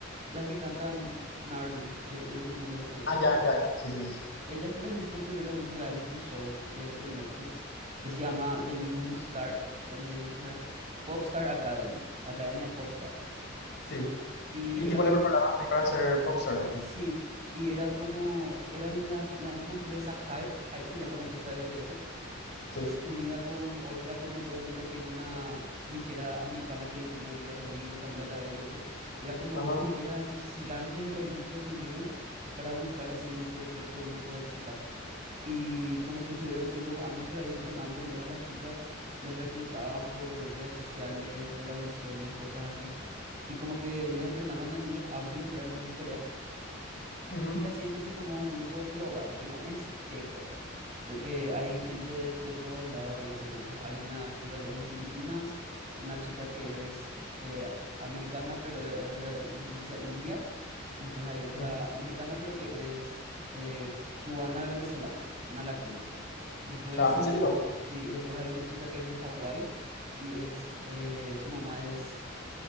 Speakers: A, on the right (about 35°); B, on the left (about 55°).
A: Las que cantan Gnarly, el, el que te mandé el otro día.
B: Ah, ya, ya, ya. Sí, sí, sí. Sí. <clears throat>
A: Ellas, por ejemplo, tuvieron un reality show eh, de Netflix que se llama The New Star, eh, ¿cómo era? Popstar Academy, Academia Popstar.
B: Sí.
A: Y
B: Y
A: era
B: tipo
A: como,
B: le preparaban para ser popstar, ok.
A: sí, y era como, era la, la misma empresa Hype, Hype se llama la empresa de BTS,
B: Sí.
A: es unida con otra que no me acuerdo el nombre, que es una disquera americana que le tiene a Olivia Rodrigo, Camila Cabello, eso. Eran como
B: Ajá.
A: dos disqueras así gigantes de la industria se unieron para buscar así el perfecto grupo de chicas. Y como que estuvieron así dos años por ahí entrenándoles a las chicas, les reclutaban por redes sociales, por audiciones, cosas así. Y como que les entrenaron en Los Ángeles, no era lo ni en Corea.
B: Ujú,
A: Y así es que se formó un grupo global que no es K-pop, porque hay gente de, de todos lados en ese grupo. Hay una chica que es de Filipinas, una chica que es eh, americana, pero es de descendencia india. Después hay otra
B: ujú.
A: americana, pero que es eh, cubana venezolana, una latina. Después,
B: Cha, ¿en serio?
A: sí, y después hay una chica que es de Hawái y es, eh, su mamá es